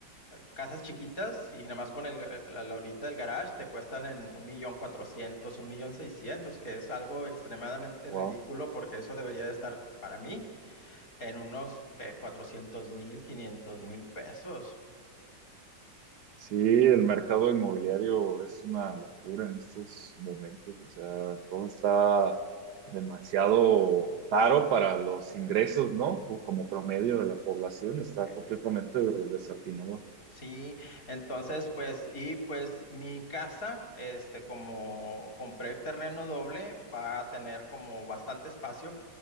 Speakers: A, on the left; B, on the right.
A: eh, casas chiquitas y nada más con el, ga- la, la horita del garage te cuestan en un millón cuatrocientos, un millón seiscientos, que es algo extremadamente
B: Wow.
A: ridículo porque eso debería de estar para mí en unos cuatrocientos mil, quinientos mil pesos.
B: Sí, el mercado inmobiliario es una locura en estos momentos, o sea, todo está demasiado caro para los ingresos, ¿no? Co- Como promedio de la población, está
A: Eh,
B: completamente desatinado.
A: Sí, entonces pues y pues mi casa, este como compré terreno doble, va a tener como bastante espacio,